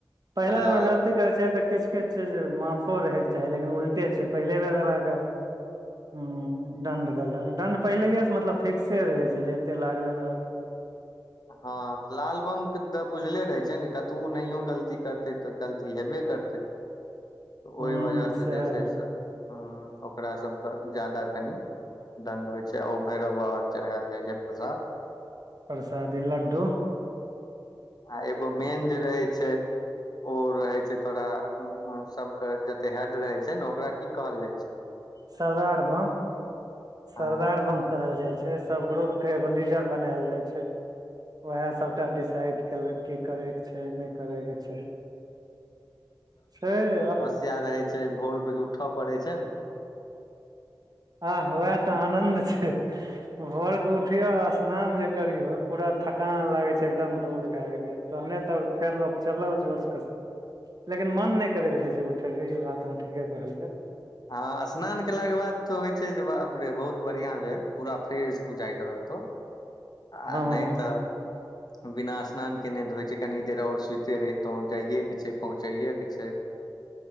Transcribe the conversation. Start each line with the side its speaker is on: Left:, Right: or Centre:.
Right: पहिला
Left: तऽ
Right: बेर
Left: लाल
Right: गलती करै छै तऽ किछ किछ चैल जबै माफो रहयके चाही लेकिन उल्टे छै पहिले बेर बालला के। हू दण्ड देलक दण्ड पहिलहिएसँ मतलब फिक्से रहै छै जे एतेक लागबे करतो।
Left: हँ लाल बम। तऽ बुझले रहै छै ने कतबू नहियो गलती करतै तऽ गलती हेबै करतै तऽ
Right: हूँ
Left: ओहि वजहसँ
Right: सेहे
Left: जे छै
Right: बा
Left: से ह ओकरा सभके ज्यादा कनि दण्ड होइ छै ओ भैरव बाबा के चढ़ायल जाइ छै प्रसाद
Right: प्रसादी लड्डू
Left: ह एगो मेन जे रहै छै ओ रहै छै तोरा सभ के जते हेड रहे छै ने ओकरा की कहल जाय छै।
Right: सरदार बम सरदार
Left: हँ
Right: बम कहल जाइ छै सभ ग्रुप के एगो लीडर बनायल जाइ छै। ओएह सभटा डिसाइड कयेलक कि करैके छै नहि करैके छै। छै आब
Left: किया रहै छै भोर के जे उठय पड़ै छै ने।
Right: आह वएह तऽ आनंद छै भोर उठौ स्नान जे। करियो पूरा थकान लागे छै एकदम दूर भ गेले तहने तऽ फेर लोग चलल जोश के। लेकिन मन नै करैत रहै छै उठै के बात अहाँ ठीके कहलियै।
Left: हँ स्नान केलाके बाद तो होइ छै जे बाप रे बहुत बढ़िया भेल पूरा फ्रेश बुझाइत रहतौ। आ
Right: हँ
Left: नहि तऽ।
Right: ह
Left: बिना स्नान केने ध होइ छै कनी देर आओर सुइतते रहितौं जाइए के छै पहुँचै के छै।